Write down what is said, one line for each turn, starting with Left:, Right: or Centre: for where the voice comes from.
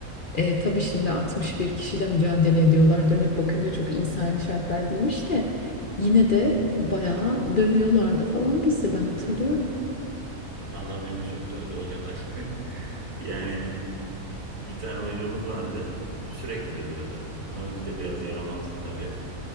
Left: e, tabii şimdi 61 kişiyle mücadele ediyorlar. Dönüp bakınca çok insani şartlar değilmiş de yine de bayağı dövüyorlardı falan bizi ben hatırlıyorum.
Right: Vallahi beni de çok dövdü hocalar. <laughs> Yani bir tane hocamız vardı. Sürekli dövüyordu. Ama biz de biraz yaramazdık tabii.